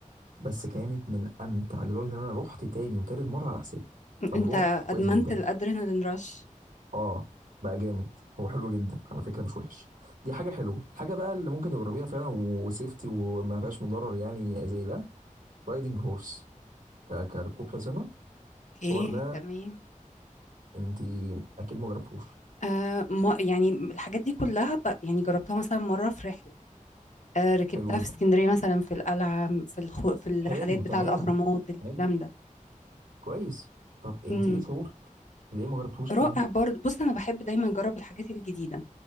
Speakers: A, on the right; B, on the left.
A: بس كانت من امتع لدرجه ان انا رحت تاني وتالت مره على حسابي فالموضوع
B: انت
A: كويس
B: ادمنت
A: جدا
B: الادرينالين رش
A: اه بقى جامد هو حلو جدا على فكره مش وحش دي حاجه حلوه الحاجه بقى اللي ممكن تجربيها فعلا وسيفتي وما فيهاش مضرر يعني زي ده رايدنج هورس ك... كركوب حصانه
B: اوكي
A: الحوار ده
B: تمام
A: انت اكيد ما جربتوش
B: آه ما يعني الحاجات دي كلها ب- يعني جربتها مثلا مرة في رحلة آه ركبتها
A: حلو
B: في
A: جدا
B: اسكندرية مثلا في القلعة في الخو في الرحلات
A: حلو
B: بتاع
A: تمام
B: الأهرامات الكلام
A: حلو
B: ده
A: كويس طب انت
B: امم
A: ايه شعورك ليه ما جربتوش
B: رائع
A: تاني
B: برضه بص أنا بحب دايما أجرب الحاجات الجديدة